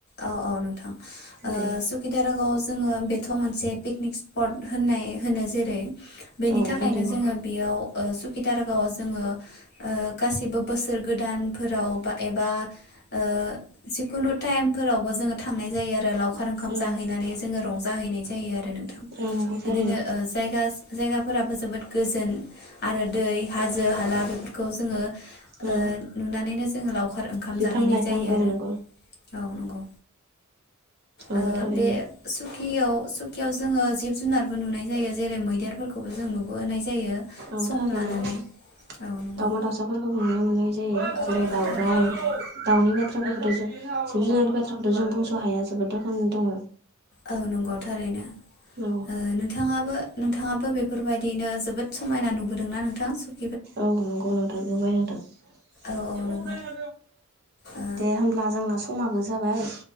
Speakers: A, on the left; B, on the right.
A: औ औ नोंथां ओ
B: दे
A: सुकिदारागावआव जोङो बेथ' मोनसे पिकनिक स्पट होननाय होनो जेरै बेनि
B: औ
A: थाखायनो
B: थारैनो
A: जोङो बेयाव ओ सुकि दारागावआव जोङो ओ गासिबो बोसोर गोदानफोराव बा एबा ओ जिखुनु टाइम फोरावबो जोङो थांनाय जायो आरो लाव लावखार ओंखाम
B: औ
A: जाहैनानै जोङो रंजाहैनाय जायो आरो नोंथां
B: औ नंगौ थारैनो
A: बिदिनो ओ जायगा जायगाफोराबो जोबोद गोजोन आरो दै हाजो हाला बेफोरखौ जोङो
B: औ
A: ओ नुनानैनो जोङो लावखार ओंखाम
B: बिफां
A: जाहैनाय
B: लाइफां
A: जायो
B: औ
A: आरो
B: नंगौ
A: औ नंगौ
B: औ
A: ओ
B: थारैनो
A: बे सुखियाव सुखियाव जोङो जिब जुनारबो नुनाय जायो जेरै मैदेर फोरखौबो जों नुबोनाय जायो
B: औ
A: सम
B: थारैनो
A: लानानै
B: दाावमा
A: औ नंगौ
B: दाावसाफोरखौबो नुनो मोननाय जायो। <inaudible>
A: औ
B: जिब
A: औ थारैनो नंगौ
B: जुनारनि बाथ्राखौथ' जों बुंस' हाया जोबोद रोखोमनि दङ।
A: औ नंगौ थारैनो
B: औ
A: ओ नोंथाङाबो नोंथाङाबो बेफोरबायदिनो जोबोद समायना नुबोदोंना नोंथां सुक
B: औ नंगौ नोंथां नुबायना नोंथां
A: औ औ नंगौ ओ
B: दे होनब्ला जोंना स माबो जाबाय